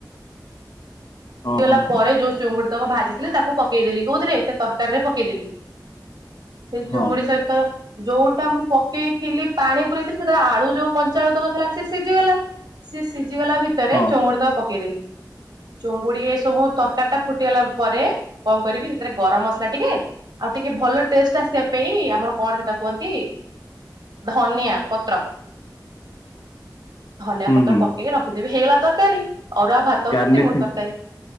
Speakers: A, on the right (about 75°); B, on the left (about 70°).
A: ଫୁଟି
B: ହଁ
A: ଗଲା
B: ହଁ
A: ପରେ ଯୋଉ ଚୁଙ୍ଗୁଡି ଭାଜିଥିଲେ ତାକୁ ପକେଇଦେଲି କୋଉଥିରେ ସେ ତରକାରୀ ରେ ପକେଇଦେଲି। ସେ
B: ହଁ
A: ଚୁଙ୍ଗୁଡି ସହିତ, ଯୋଉଟା ମୁଁ ପକେଇଥିଲି ପାଣି ପୁରେଇଥିଲି ସେଟା ଆଳୁ ଯୋଉ କଞ୍ଚା ଆଳୁ ତକ ଥିଲା ସେ ସିଝିଗଲା ସିଏ ସିଝିଗଲା ଭିତରେ
B: ହଁ।
A: ଚୁଙ୍ଗୁଡି ତ ପକେଇଦେଲି ଚୁଙ୍ଗୁ ଟିକ ସବୁ ତରକାରୀ ଟା ଫୁଟିଗଲା ପରେ କଣ କରିବି ସେଥିରେ ଗରମ ମସଲା ଟିକେ ଆଉ ଟିକେ ଭଲ ଟେଷ୍ଟ ଆସିବା ପାଇଁ ଆମର କଣ ସେଟା କୁହନ୍ତି ଧନିଆ ପତ୍ର ଧନିଆ
B: ହୁଁ
A: ପତ୍ର
B: ହୁଁ।
A: ପକେଇକି ରଖି ଇଏ ବି ହେଇଗଲା ତରକାରୀ। ଅରୁଆ ଭାତକୁ
B: ଗାର୍ନିସିଂ
A: ଚିଙ୍ଗୁଡ଼ି ତରକାରୀ।